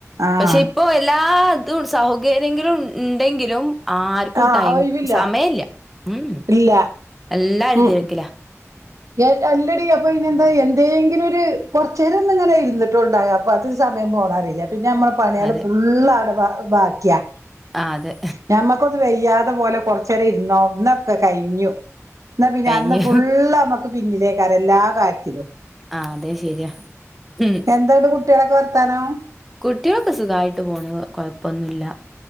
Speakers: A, on the right (about 80°); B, in the centre.
A: ആഹ്
B: പക്ഷെ ഇപ്പോ എല്ലാ ഇതും സൗകര്യങ്ങളും ഇണ്ടെങ്കിലും ആർക്കും
A: ആഹ്
B: ടൈം
A: ഒഴിവില്ല
B: സമയല്ല ഉം
A: ഇല്ല
B: എല്ലാരും
A: ഉം
B: തിരക്കിലാ
A: എ അല്ലടി അപ്പൊ അയ്നന്താ എന്തേങ്കിലു ഒര് കൊറച്ചേരം ഒന്ന് ഇങ്ങനെ ഇരുന്നിട്ടോണ്ടാവ അപ്പൊ അത് സമയം പോണറീല്ല. പിന്നെ നമ്മളെ പണിയേള്
B: അതെ.
A: ഫുള്ള് അവ്ടെ ബാക്കിയാ
B: ആ അതെ.
A: ഞമുക്കൊന്ന് വയ്യാതെ പോലെ കൊർച്ചേരം ഇര്ന്നോ ന്നാക്കെ കഴിഞ്ഞു ന്നാ പിന്നെ
B: കഴിഞ്ഞു.
A: അന്ന് ഫുള്ള പിന്നിലേക്കാര എല്ലാ കാര്യത്തിലും
B: ആ അതെ ശരിയാ. ഉം.
A: എന്താന്നട്ട് കുട്ടിയെളൊക്കെ വർ ത്താനം
B: കുട്ടികളൊക്കെ സുഖായിട്ട് പോണ് കൊഴപ്പൊന്നുല്ല